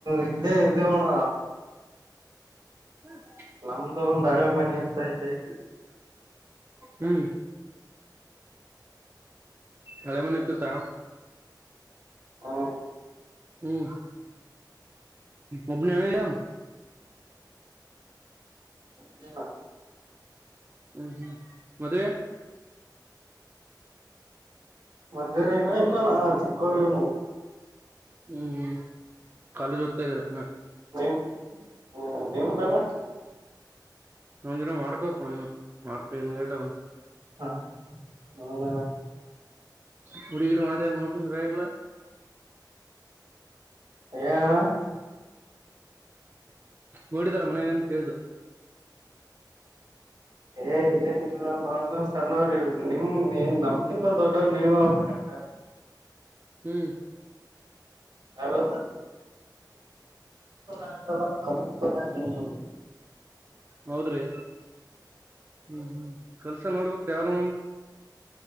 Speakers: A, on the right; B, on the right.
A: ಇಲ್ಲ ಎದುಗೋಣ
B: ಹ
A: ನಮ್ದು ಒಂದ್ ಹಳೆ ಮನಿ ಹತ್ತ ಇಲ್ಲೇ ಇದ್ದು
B: ಹ್ಮ್ ಹಳೆ ಮನತ್ತು ತಾ
A: ಹಾ
B: ಹ್ಮ್ ಅಬನ ಆಾಮ
A: ಹ್ಮ ಹ
B: ಹ್ಮ್ ಹ್ಮ್ ಮದ
A: ಮಧ್ಯಾಹ್ನನ ಇಲ್ಲಾನ ಚಿಕ್ಕೋವರಿನು
B: ಹ್ಮ್ ಹ್ಮ್ ಕಾಲೇಜ್ ಓದ್ತಾ ಇದ್ರ ಹ
A: ನೀವು್ ಹ ನೀವು ಬಳ
B: ನಾ ವರಕ ವ ಲೇಟ ಆ
A: ಹಾ ನದ
B: ಕುಡಗಡೆ ಮಾಡತ ನೋಕಲ್ಲ
A: ಏನಣ
B: ನೋಡಿದಾರ ಮನ್ಾಗಂತ ಕೇಳ್ದು
A: ಏ ಏನಿಲ್ಲ ನಾವ ಸಣ್ಣವ್ರ ನಿಮ ನೀ ನಮ್ಗಿಂತ ದೊಡ್ಡವರು ನೀವ ಆಬೇಕಣ ಹ
B: ಹ್ಮ್
A: ನಾವ ಆಗ ನಮ್ಮೊ ಹ
B: ಹೌದ್ರಿ ಹ್ಮ್ ಹ್ಮ್ ಕೆಲ್ಸ ನೋಡ್ಬೇರೀ ಯಾವ್ದ